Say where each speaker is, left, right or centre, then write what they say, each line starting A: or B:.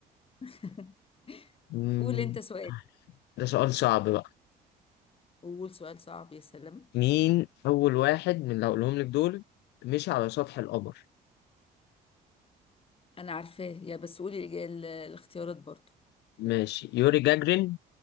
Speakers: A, on the left; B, on the left.
A: <laughs>
B: مم.
A: قول انت سؤال
B: ده سؤال صعب بقى
A: قول سؤال صعب يا سلام
B: مين أول واحد من اللي هقولهم لك دول مشي على سطح القمر
A: انا عارفاه يا بس قولي الإج- ال- الاختيارات برضو
B: ماشي يوري جاجرين